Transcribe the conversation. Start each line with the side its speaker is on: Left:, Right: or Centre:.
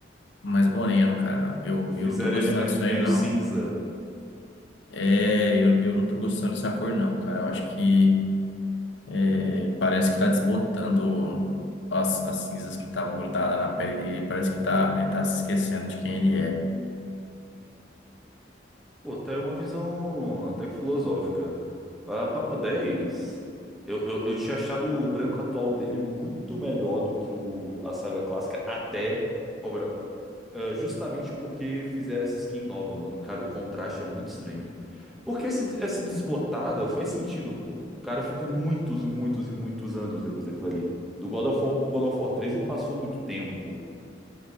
Left: mais moreno, cara. Não, eu,
Centre: Fizeram
Left: eu não tô gostando
Centre: ele me-
Left: disso
Centre: meio
Left: aí, não.
Centre: cinza.
Left: É, eu, eu não tô gostando dessa cor, não, cara. Eu acho que é, parece que tá desbotando as, as cinzas que estavam grudadas na pele dele. Parece que tá, ele tá se esquecendo de quem ele é.
Centre: Pô, tá aí uma visão até que filosófica. Ah, Papo 10. Eu, eu, eu tinha achado o branco atual dele muito melhor do que o, a saga clássica, até. Ou melhor, ah, justamente porque fizeram essa skin nova, mano. Cara, o contraste é muito estranho. Porque essa, essa desbotada faz sentido, pô. O cara ficou muitos e muitos e muitos anos depois daquilo ali. Do God of War pro God of War 3 não passou muito tempo.